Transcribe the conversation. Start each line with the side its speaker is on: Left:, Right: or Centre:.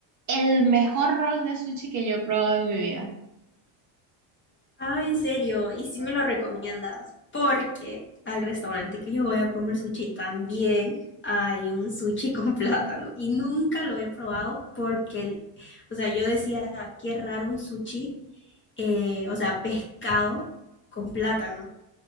Right: el mejor rol de sushi que yo he probado en mi vida.
Left: Ah, en serio, y sí me lo recomiendas, porque al restaurante que yo voy a comer sushi también hay un sushi con <laughs> plátano y nunca lo he probado porque, o sea, yo decía, qué raro un sushi, eh, o sea, pescado con plátano,